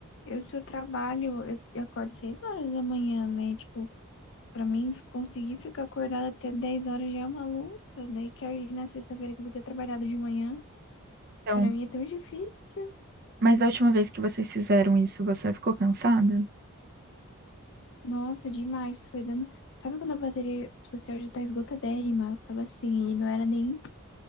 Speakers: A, on the left; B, on the right.
A: Eu, se eu trabalho, eu, eu acordo seis horas da manhã, né? Tipo, Pra mim, conseguir ficar acordada até 10 horas já é uma luta. Daí que aí na sexta-feira que eu vou ter trabalhado de manhã,
B: Então,
A: pra mim é tão difícil.
B: mas da última vez que vocês fizeram isso, você ficou cansada?
A: Nossa, demais. Foi dando. Sabe quando a bateria social já tá esgotadérrima? Eu tava assim, e não era nem